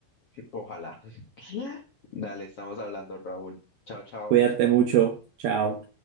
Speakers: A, on the left (about 55°); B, on the right (about 70°).
A: Ojalá. <laughs> Dale, estamos hablando, Raúl. Chao, chao.
B: Cuídate mucho. Chao.